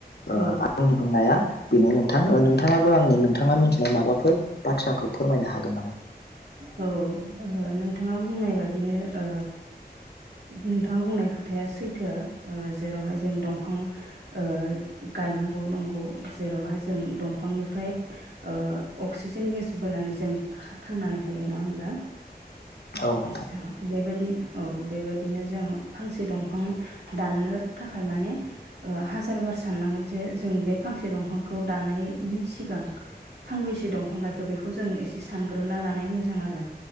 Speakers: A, on the left; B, on the right.
A: ओ
B: औ
A: आंनि बुंनाया बिनो नों थां ओ नोंथाङाबो आंनो नोंथाङा मिथिनाय माबाफोर बाथ्राखौ फोरमायनो हागोन नामा
B: औ । ओ नोंथाङा बुंनाय बादिनो ओ नोंथाङा बुंनाय खोथाया सैथो ओ जेरावहाय जों दंफां ओ गायनांगौ नंगौ जेरावहाय जों दंफांनिफ्राय ओ अक्सिजेन गेस बोनानैस जों थांनानै थायो नङा होनब्ला?
A: औ नोंथां
B: इसा बेबायदि औ बेबायदिनो जों फांसे दंफां दाननो थाखाय माने ओ हाजार बार साननांगोन जे जों बे फांसे दंफांखौ दाननायनि सिगां फांबेसे दंफां गायखो बेखौ जों एस सानग्रोना लानाया मोजां आरो